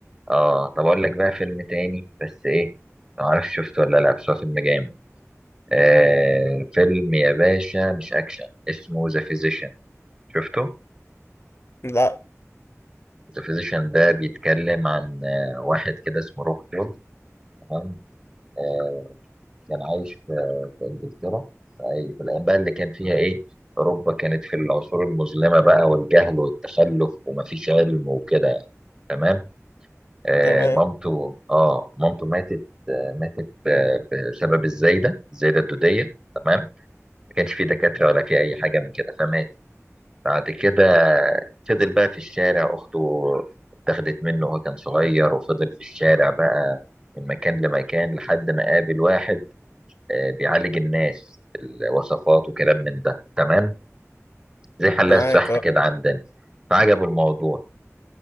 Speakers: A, on the right; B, on the left.
A: اه طب اقول لك بقى فيلم تاني بس ايه ما اعرفش شفته ولا لا بس هو فيلم جامد آه فيلم يا باشا مش اكشن اسمه ذا فيزيشن شفته
B: لا
A: ذا فيزيشن ده بيتكلم عن آه، واحد كده اسمه روب بول تمام آه، كان عايش في في انجلترا في أي- في الايام بقى اللي كان فيها ايه اوروبا كانت في العصور المظلمه بقى والجهل والتخلف ومفيش علم وكده يعني تمام آه،
B: تمام
A: مامته اه مامته ماتت آه، ماتت آه، بسبب الزايده الزايده الدوديه تمام ما كانش في دكاتره ولا في اي حاجه من كده فماتت بعد كده فضل بقى في الشارع أخته اتاخدت منه وهو كان صغير وفضل في الشارع بقى من مكان لمكان لحد ما قابل واحد آه، بيعالج الناس الوصفات وكلام من ده تمام زي حلاق
B: معاك
A: الصحة
B: اه
A: كده عندنا فعجبه الموضوع